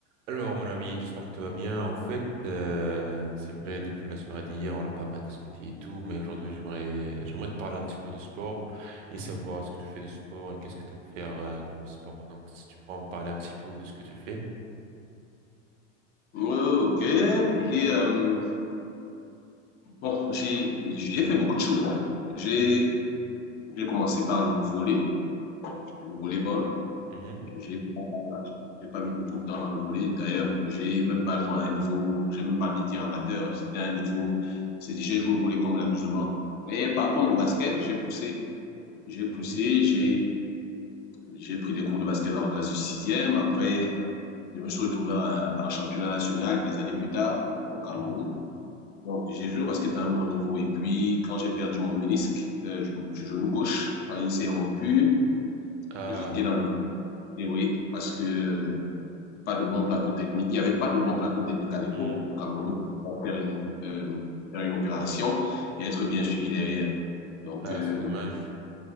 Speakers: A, on the right (about 75°); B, on the left (about 30°).
A: Alors, mon ami, j'espère que tu vas bien. En fait, euh, c'est vrai, depuis la soirée d'hier, on a pas mal discuté et tout, mais aujourd'hui, j'aimerais, j'aimerais te parler un petit peu de sport et savoir est-ce que tu fais de sport et qu'est-ce que tu peux faire euh, comme sport. Donc, si tu pourras me parler un petit peu de ce que tu fais.
B: Euh, ok, j'ai euh, bon, j'ai j'ai fait beaucoup de choses. hein. J'ai
A: Mhm,
B: j'ai commencé par le volley, le volleyball.
A: mhm,
B: J'ai pas j'ai pas mis beaucoup de temps dans le volley. D'ailleurs, j'ai même pas joué à un niveau, j'ai même pas envie de dire amateur. C'était un niveau, c'est j'ai joué au volley comme l'amusement. Mais par contre, le basket, j'ai poussé, j'ai poussé,
A: mhm,
B: j'ai j'ai pris des cours de basket dans la classe de sixième. Après, je me suis retrouvé à à un championnat national des années plus tard au Cameroun.
A: mhm.
B: Donc, j'ai joué au basket à un bon niveau. Et puis, quand j'ai perdu mon ménisque euh, du, coup, du genou gauche, quand il s'est rompu,
A: Ah,
B: j'étais dans le et oui, parce que euh, pas de bon plateau technique. Il n'y avait pas de bon plateau technique à l'époque
A: hmm,
B: au Cameroun pour faire une, euh, faire une opération et être bien suivi derrière. Donc,
A: ah,
B: euh,
A: c'est dommage.